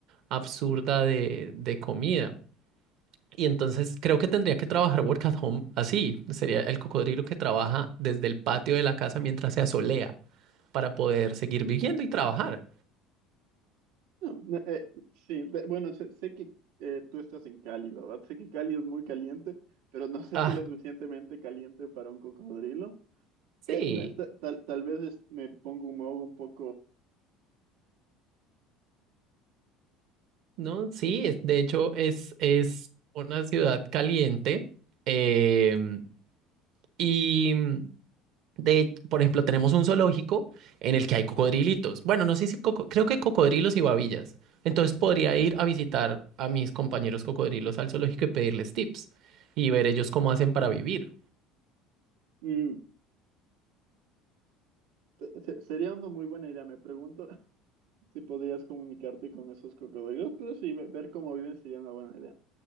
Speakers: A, on the right; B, on the right.
A: absurda de, de comida. Y entonces creo que tendría que trabajar work at home así. Sería el cocodrilo que trabaja desde el patio de la casa mientras se asolea para poder seguir viviendo y trabajar.
B: No, no, eh, sí, de- bueno, sé, sé que eh, tú estás en Cali, ¿verdad? Sé que Cali es muy caliente, pero no <laughs> sé
A: Ah,
B: si lo suficientemente caliente para un cocodrilo.
A: sí.
B: Que, na- ta- tal, tal vez es- me pongo un modo un poco...
A: No, sí, es- de hecho es, es una ciudad caliente em, y mm, de, por ejemplo, tenemos un zoológico en el que hay cocodrilitos. Bueno, no sé si coco- creo que cocodrilos y babillas. Entonces podría ir a visitar a mis compañeros cocodrilos al zoológico y pedirles tips y ver ellos cómo hacen para vivir.
B: Un, Te- Se- Sería una muy buena idea, me pregunto <laughs> si podrías comunicarte con esos cocodrilos, pero sí, ve- ver cómo viven sería una buena idea.